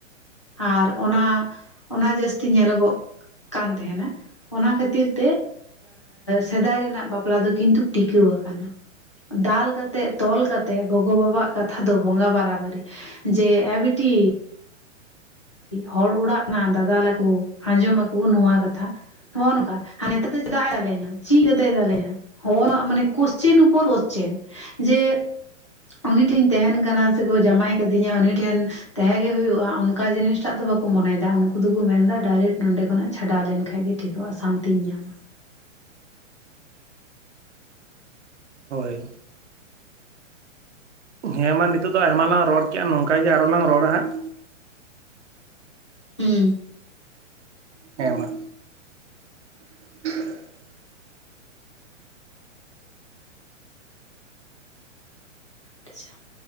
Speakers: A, on the left; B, on the right.
A: ᱟᱨ ᱚᱱᱟ ᱚᱱᱟ ᱡᱟᱹᱥᱛᱤ ᱧᱮᱞᱚᱜᱚᱜ ᱠᱟᱱ ᱛᱟᱦᱮᱸᱱᱟ ᱾ᱚᱱᱟ ᱠᱷᱟᱹᱛᱤᱨ ᱛᱮ ᱥᱮᱫᱟᱭ ᱨᱮᱱᱟᱜ ᱵᱟᱯᱞᱟ ᱫᱚ ᱠᱤᱱ ᱛᱩ ᱴᱤᱠᱟᱹᱣ ᱟᱠᱟᱱᱟ᱾ ᱫᱟᱞ ᱠᱟᱛᱮᱜ ᱛᱚᱞ ᱠᱟᱛᱮ ᱜᱚᱜᱚ ᱵᱟᱵᱟ ᱟᱜ ᱠᱟᱛᱷᱟ ᱫᱚ ᱵᱚᱸᱜᱟ ᱵᱟᱨᱟ-ᱵᱟᱨᱤ, ᱡᱮ ᱮ ᱵᱤᱴᱤ ᱦᱚᱲ ᱚᱲᱟᱜ ᱱᱟ ᱫᱟᱫᱟᱞᱟᱠᱚ ᱟᱸᱡᱚᱢᱟᱠᱚ ᱱᱚᱣᱟ ᱠᱟᱛᱷᱟ ᱱᱚᱜᱼᱚᱭ ᱱᱚᱝᱠᱟ ᱱᱮᱛᱟᱨ ᱫᱚ ᱪᱮᱫᱟᱜ ᱮᱫᱟᱞᱮᱧᱟ? ᱪᱮᱫ ᱟᱫᱮ ᱫᱟᱞᱮᱧᱟ? ᱦᱚᱱᱟ ᱢᱟᱱᱮ ᱠᱚᱥᱪᱮᱱ ᱩᱯᱚᱨ ᱚᱥᱪᱮᱱ ᱡᱮ ᱩᱱᱤ ᱴᱷᱮᱱᱤᱧ ᱛᱟᱦᱮᱱ ᱠᱟᱱᱟ, ᱥᱮᱠᱚ ᱡᱟᱢᱟᱭ ᱟᱠᱟᱫᱤᱧᱟ ᱩᱱᱤ ᱴᱷᱮᱱ ᱛᱟᱦᱮᱸ ᱜᱮ ᱦᱩᱭᱩᱜᱼᱟ, ᱚᱱᱠᱟ ᱡᱤᱱᱤᱥ ᱴᱟᱜ ᱫᱚ ᱵᱟᱠᱚ ᱢᱚᱱᱭᱮᱫᱟ, ᱩᱱᱠᱩ ᱫᱚᱠᱚ ᱢᱮᱱ ᱮᱫᱟ ᱰᱟᱭᱨᱮᱠᱴ ᱱᱚᱰᱮ ᱠᱷᱚᱱᱟᱜ ᱪᱷᱟᱰᱟᱣ ᱞᱮᱱ ᱠᱷᱟᱱ ᱜᱮ ᱴᱷᱤᱠᱚᱜᱼᱟ ᱥᱟᱱᱛᱤᱧ ᱧᱟᱢᱟ᱾
B: ᱦᱳᱭ᱾ ᱦᱮᱸ ᱢᱟ ᱱᱤᱛᱚᱜ ᱫᱚ ᱟᱭᱢᱟ ᱞᱟᱝ ᱨᱚᱲ ᱠᱮ-ᱟ ᱱᱚᱝᱠᱟ ᱜᱮ ᱟᱨᱚ ᱞᱟᱝ ᱨᱚᱲᱟ ᱦᱟᱸᱜ᱾
A: ᱦᱩᱸ᱾
B: ᱦᱮᱸ ᱢᱟ᱾ <inaudible>
A: <unintelligible>